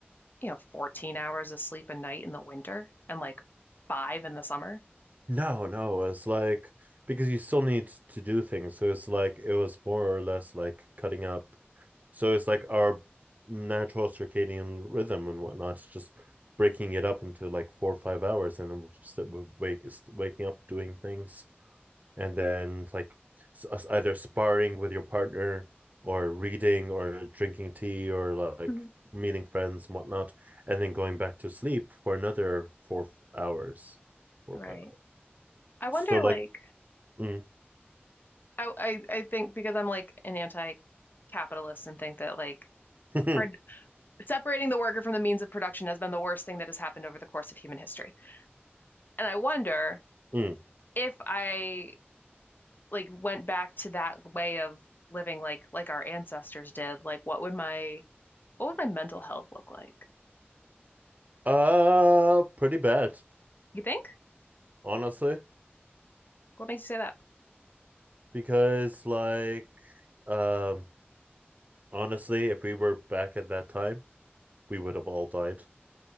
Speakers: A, on the left; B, on the right.
A: you know, 14 hours of sleep a night in the winter and like five in the summer?
B: no no it's like because you still need to do things so it's like it was more or less like cutting up So it's like our natural circadian rhythm and whatnot. It's just breaking it up into like four or five hours, and then we'll just wake waking up doing things, and then like either sparring with your partner or reading or drinking tea or like
A: hmm
B: meeting friends and whatnot, and then going back to sleep for another four hours, four
A: Right.
B: or five hours.
A: I wonder
B: So like,
A: like
B: mm,
A: I I, I think because I'm like an anti-capitalist and think that like
B: <laughs>
A: par separating the worker from the means of production has been the worst thing that has happened over the course of human history. And I wonder
B: mm,
A: if I like went back to that way of living like like our ancestors did, like what would my what would my mental health look like?
B: uh, pretty bad
A: You think?
B: honestly,
A: What makes you say that?
B: because like Um, honestly, if we were back at that time, we would have all died.